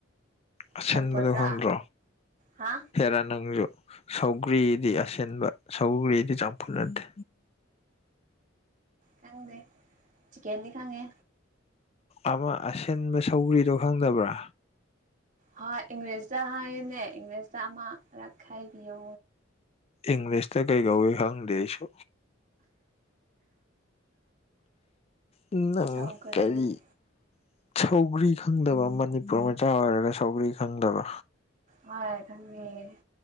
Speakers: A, on the left; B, on the right.
A: ꯑꯁꯤꯟꯕꯗꯣ
B: ꯆꯥꯝꯐꯨꯠꯔ
A: ꯈꯪꯗ꯭ꯔꯣ
B: ꯍꯥ
A: ꯍꯦꯔꯥ ꯅꯪꯁꯨ ꯁꯧꯒ꯭ꯔꯤꯗꯤ ꯑꯁꯤꯟꯕ ꯁꯧꯒ꯭ꯔꯤꯗꯤ ꯆꯝꯐꯨꯠ ꯅꯠꯇꯦ
B: ꯈꯪꯗꯦ ꯆꯤꯀꯟꯗꯤ ꯈꯪꯉꯦ
A: ꯑꯃ ꯑꯁꯤꯟꯕ ꯁꯧꯒ꯭ꯔꯤꯗꯣ ꯈꯪꯗꯕ꯭ꯔꯥ
B: ꯍꯣꯏ ꯏꯪꯂꯤꯁꯇ ꯍꯥꯏꯌꯣꯅꯦ ꯏꯪꯂꯤꯁꯇ ꯑꯃꯔꯛ ꯍꯥꯏꯕꯤꯌꯨ
A: ꯏꯪꯂꯤꯁꯇ ꯀꯩ ꯀꯧꯏ ꯈꯪꯗꯦ ꯑꯩꯁꯨ ꯅꯪ
B: ꯁꯧꯒꯔ꯭ꯤ
A: ꯀꯔꯤ ꯁꯧꯒ꯭ꯔꯤ ꯈꯪꯗꯕ ꯃꯅꯤꯄꯨꯔ ꯃꯆꯥ ꯑꯣꯏꯔꯒ ꯁꯧꯒ꯭ꯔꯤ ꯈꯪꯗꯕ
B: ꯍꯣꯏ ꯈꯪꯗꯤꯌꯦ